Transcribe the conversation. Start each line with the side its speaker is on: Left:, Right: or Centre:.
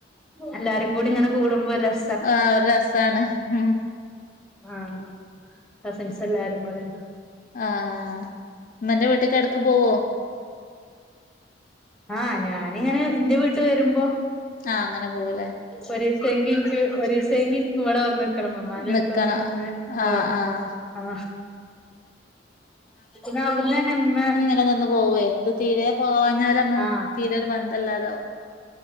Centre: എല്ലാരും കൂടി ഇങ്ങനെ കൂടുമ്പോ ഒരു രസ്
Left: ആ ഒരു രസാണ്. ഉം.
Centre: ആഹ്. കസിൻസ് എല്ലാരും കൂടി.
Left: ആഹ്. ഇമ്മന്റെ വീട്ടക്ക് എട്ക്ക് പോവോ?
Centre: ആഹ്. ഞാനിങ്ങനെ ഇന്റെ വീട്ട് വരുമ്പൊ.
Left: ആഹ് അങ്ങനെ പോവുലേ.
Centre: ഒരു സെങ്ങിക്ക് ഒരു സെങ്ങിൻക്ക് ഇവടെ വന്ന് ക്ക്ണമമ്മാന്റെ
Left: നിക്കണം
Centre: എടുത്തൊന്ന് നിന്ന് പോണം
Left: ആഹ് ആഹ്
Centre: ആഹ്. പിന്നെ അവിട്ന്നെന്നെ ഇമ്മ -
Left: നിന്ന് പോവേ എത് തീരെ പോവാഞ്ഞാല്
Centre: ആഹ്
Left: തീരൊരു ബന്ധല്ലാതാവും